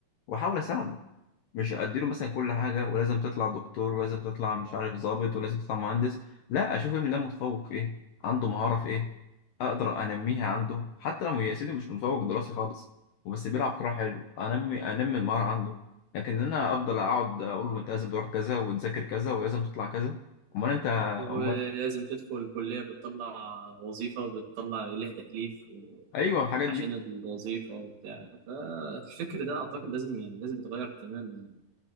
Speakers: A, on the left (about 75°); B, on the right (about 85°).
A: واحاول اساعده مش اديله مثلا كل حاجه ولازم تطلع دكتور ولازم تطلع مش عارف ضابط ولازم تطلع مهندس لا اشوف ابني ده متفوق في ايه عنده مهاره في ايه اقدر انميها عنده حتى لو يا سيدي مش متفوق دراسي خالص وبس بيلعب كوره حلو انمي انمي المهاره عنده لكن انا افضل اقعد اقول له انت لازم تروح كذا وتذاكر كذا ولازم تطلع كذا امال انت
B: ولازم
A: امال
B: تدخل الكلية بتطلع وظيفة وبتطلع ليها تكليف و-
A: <laughs> ايوه الحاجات
B: عشان
A: دي
B: الوظيفة وبتاع فالفكر ده أعتقد لازم يعني لازم يتغير تماما